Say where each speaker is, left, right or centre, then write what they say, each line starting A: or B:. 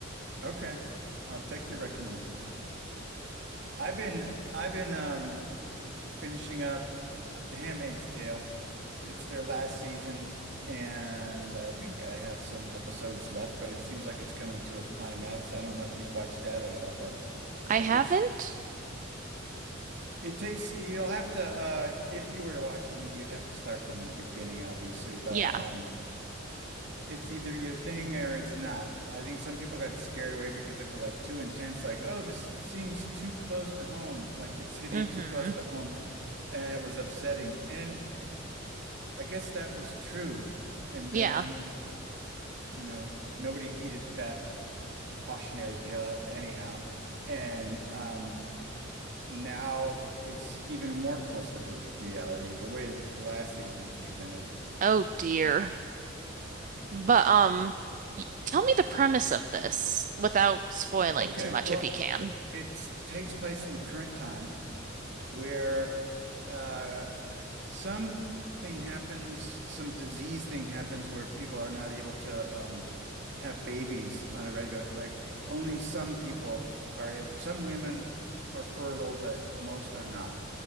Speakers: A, on the right; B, on the right.
A: Okay. I'll take your recommendation. I've been, I've been, um, finishing up The Handmaid's Tale. It's their last season, and I think I have some episodes left, but it seems like it's coming to a climax. I don't know if you've watched that at all, but
B: I
A: I'll
B: haven't?
A: be. It takes you'll have to uh if you were to watch, I mean you'd have to start from the beginning obviously, but
B: Yeah.
A: um it's either your thing or it's not. I think some people got scared away because it was like too intense, like, oh, this seems too close to home, like it's hitting
B: hmm
A: too close to home, and it was upsetting. And I guess that was true. And
B: Yeah.
A: then, you know, nobody heeded that cautionary tale anyhow. And um now it's even more closer to reality the way that the last season is presented.
B: Oh dear. But um, y- tell me the premise of this without spoiling
A: Okay,
B: too much
A: well,
B: if you can.
A: it takes place in the current time where uh, some thing happens, some disease thing happens where people are not able to um, have babies on a regular, like only some people are able, some women are fertile, but most are not.